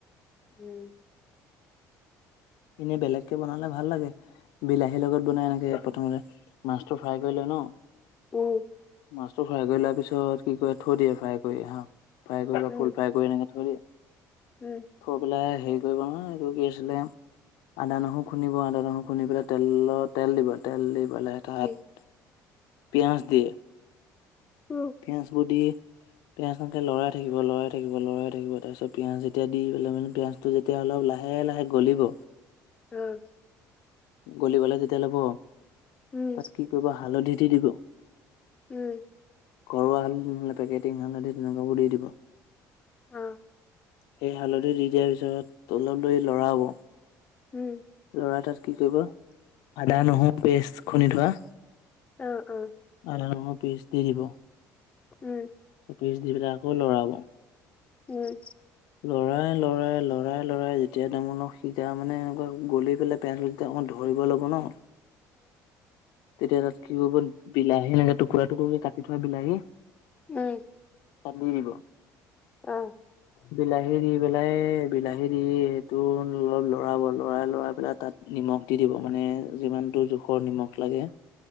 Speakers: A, on the left; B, on the left.
A: উম।
B: এনে বেলেগকে বনালে ভাল লাগে। বিলাহীৰ লগত বনাই এনেকে প্ৰথমতে মাছটো ফ্ৰাই কৰি লয় ন।
A: উম।
B: মাছটো ফ্ৰাই কৰি লোৱা পিছত কি কৰে থৈ দিয়ে ফ্ৰাই কৰি হা। ফ্ৰাই কৰিব বা
A: উম
B: ফুল ফ্ৰাই কৰি এনেকে থৈ দিয়ে।
A: উম।
B: থৈ পেলাই হেৰি কৰিব নহয়, এইটো কি আছিলে আদা নহৰু খুন্দিব আদা নহৰু খুন্দি পেলাই তেলত তেল দিব তেল দি পেলাই তাত
A: উম
B: পিয়াজ দিয়ে।
A: উম।
B: পিয়াজ বোৰ দি পিঁয়াজ সিনিকে লৰাই থাকিব, লৰাই থাকিব, লৰাই থাকিব তাৰপিছত পিঁয়াজ যেতিয়া দি পেলাই মানে পিঁয়াজটো যে তিয়া অলপ লাহে লাহে গলিব।
A: উম।
B: গলিবলে তেতিয়া ল'ব,
A: উম
B: তাত কি কৰিব হালধি দি দিব।
A: উম।
B: ঘৰুৱা হালধি নহলে পেকেটিং হালধি তেনেকুৱ দি দিব,
A: অ
B: সেই হালধি দি দিয়াৰ পিছত অলপ দেৰি লৰাব।
A: উম।
B: লৰাই তাত কি কৰিব, আদা, নহৰু পেষ্ট খুন্দি থোৱা।
A: অ', অ'।
B: আদা, নহৰু পেষ্ট দি দিব।
A: উম।
B: পিচ দি পেলাই আকৌ লৰাব।
A: হয়।
B: লৰাই, লৰাই, লৰাই, লৰাই যেতিয়া তাৰমানে সিজা মানে এনেকুৱা গলি পেলাই পেজ। তেতিয়া অকমান ধৰিব লাগে ন। তেতিয়া তাত কি কৰিব বিলাহী এনেক টুকুৰা টুকুৰা কৰি কাটি থোৱা বিলাহী।
A: উম।
B: তাত দি দিব।
A: অ'।
B: বিলাহী দি পেলাই বিলাহী দি সেইটো অলপ লৰাব লৰাই, লৰাই পেলাই। তাত নিমখ দি দিব মানে যিমানটো জোখৰ নিমখ লাগে।